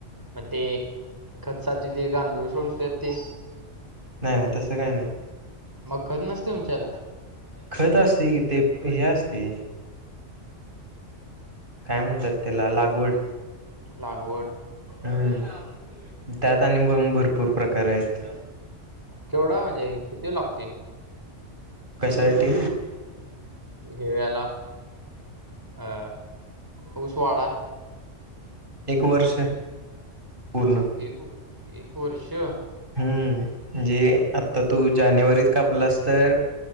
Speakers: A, on the right (about 15°); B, on the right (about 45°).
A: मग ते खचसाचे ते गांधूळ सोडतात ते,
B: नाही नाही तसं काही नाही
A: मग खत नसते तुमच्याला
B: खत असते कि ते हे असते. काय म्हणतात त्याला लागवड
A: लागवड
B: हम्
A: हा हा
B: त्यात आणि
A: बर
B: भरपूर प्रकार आहेत.
A: केवढा म्हणजे किती लागते.
B: कशा साठी
A: हिव्याला अ ऊसवाडा आहे.
B: एक वर्ष पूर्ण
A: एक एक वर्ष
B: हम्म म्हणजे आता तू जानेवारीत कापलास तर